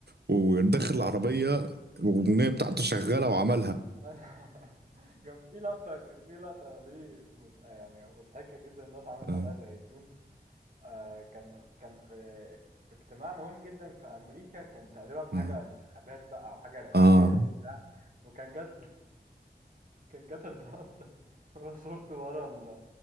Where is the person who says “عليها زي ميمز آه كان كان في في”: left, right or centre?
Right